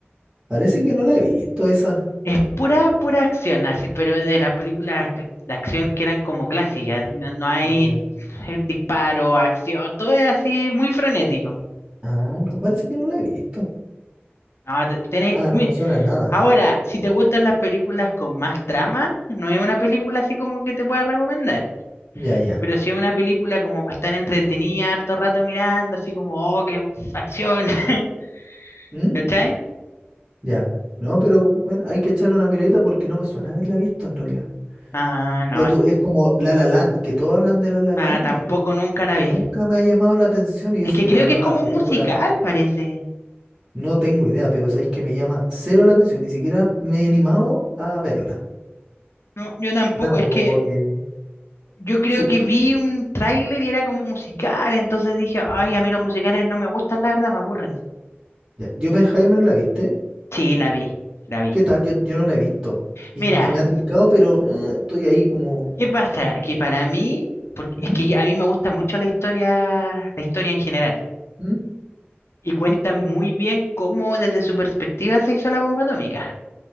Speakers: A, on the right (about 20°); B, on the left (about 85°).
A: Parece que no la he visto esa.
B: Es pura, pura acción, así, pero de las películas ac- de acción que eran como clásicas. No, no hay
A: Ya.
B: eh, disparo, acción, todo es así muy frenético.
A: Ah, no, parece que no la he visto.
B: No, te- tenés-
A: Ah,
B: mi-
A: no me suena a nada.
B: Ahora, si te gustan las películas con más trama, no es una película así como que te pueda recomendar.
A: Ya, ya.
B: Pero si es una película como para estar entretenida harto rato mirando, así como, oh, qué acción, <laughs>
A: ¿Mm?
B: ¿cachai?
A: Ya. No, pero bueno, hay que echarle una miradita porque no me suena haberla visto en realidad.
B: Ah, no,
A: Oye, tú, es como La La Land, que todos hablan de La La
B: ah,
A: Land,
B: tampoco
A: no sé,
B: nunca la
A: Y
B: vi.
A: nunca me ha llamado la atención y eso
B: Es que
A: que
B: creo
A: ganó
B: que es
A: la
B: como
A: película,
B: un musical, parece.
A: no tengo idea, pero sabéis que me llama cero la atención, ni siquiera me he animado a verla.
B: No, yo tampoco,
A: Nada,
B: es
A: como
B: que
A: que...
B: yo creo
A: Su,
B: que
A: su-
B: vi un tráiler y era como musical, entonces dije, ay, a mí los musicales no me gustan, la verdad, me aburren.
A: ya. Oppenheimer la viste,
B: Sí, la vi, la vi.
A: ¿qué tal? Yo, yo no la he visto y,
B: Mira,
A: y me ha tincado, pero eh, estoy ahí como...
B: ¿qué pasa? Que para mí, porque
A: ¿Mm?
B: es que a mí me gusta mucho la historia, la historia en general.
A: ¿Mm?
B: y cuenta muy bien cómo desde su perspectiva se hizo la bomba atómica.